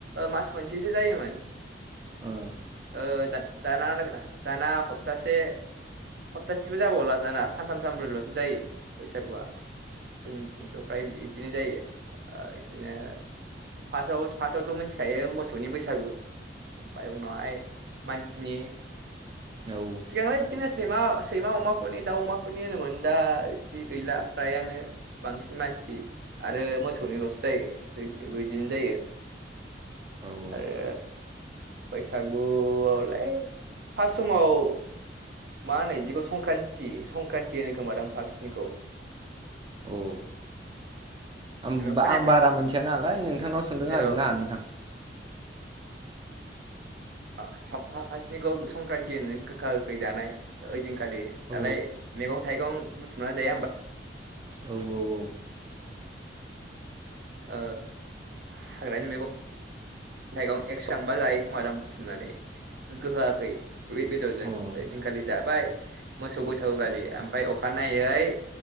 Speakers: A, on the right (about 60°); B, on the right (about 25°).
A: मास मोनसेसो जायोमोन
B: ओ
A: ओ दा दाना <unintelligible> दाना हपतासे हप्तासेबो जाबावला दाना सानथाम सानब्रैल'सो जायो बैसागुआ जोंनिथिंथ' फ्राय इदिनो जायो ओ इदिनो फासआव फास्टआवथ' मोन्थिखायो मोसौनि बैसागु ओमफाय उनावहाय मानसिनि
B: औ
A: सिगांलाय इदिनो सैमा सैमा अमाफोरनि दाउ अमाफोरनि होनोमोन दा इदि गैला फ्रायानो बांसिन मानसि आरो मोसौनिल'सो जायो जोंथिंबो इदिनो जायो
B: औ औ
A: ओ बैसागुआवलाय फास्ट समाव मा होनो इदिखौ संक्रान्ति संक्रान्ति होनो खोमादां फार्सनिखौ
B: अ <unintelligible> आं
A: हेल' खोनायाखै
B: बारा मोनन्थिआ नालाय नोंथांनाव सोंदों
A: जेराव
B: आरो ना नोंथां।
A: <unintelligible> फासनिखौ संक्रान्ति होनो गोखा गोखै जानाय ओइदिनखालि
B: औ
A: दालाय मेगं-थाइगं बुथुमना जाया होमबा
B: औ औ औ
A: ओ हाग्रानि मेगन थाइगं एकसांबा जायो खोमादां बुथुमनानै गोखा गोखै बे बेदरजों
B: सुबुंफ्रा
A: ओइदिनखालि जाबाय मोसौ बैसौखालि ओमफाय अखानायै